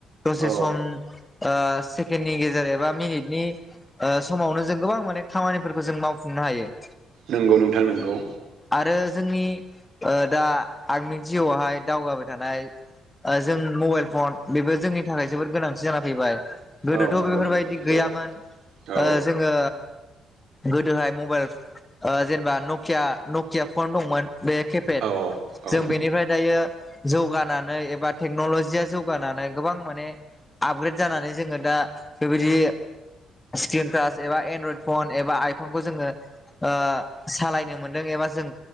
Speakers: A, on the left (about 15°); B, on the right (about 70°).
A: दसे
B: औ
A: सम ओ सेकेणडनि गेजेर एबा मिनिटनि आ समावनो जों गोबां माने खामानिफोरखौ जों मावफुंनो हायो।
B: नंगौ नोंथां नोंगौ
A: आरो जोंनि ओ दा आंनि जिउआवहाय दावगाबाय थानाय आ जों मबाइल फन बेबो जोंनि थाखाय जोबोद गोनांथि जाना फैबाय। गोदोथ'
B: औ नंगौ
A: बेफोरबायदि
B: नोंथां नंगौ
A: गैयामोन
B: औ
A: ओ जोङो गोदोहाय मबाइल ओ जेनेबा नकिया नकिया फन दंमोन बे केपेट
B: औ औ
A: जों बेनिफ्राय दायो जौगानानै एबा टेक्नलजिया जौगानानै गोबां माने आपग्रेड जानानै जोङो दा बेबायदि स्क्रिन टास एबा एनड्रयड फन एबा आइफनखौ जोङो ओ सालायनो मोन दों एबा जों